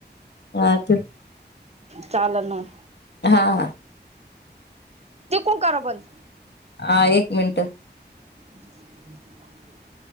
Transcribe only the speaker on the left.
हा ठेव.
हा.
हा एक मिनट.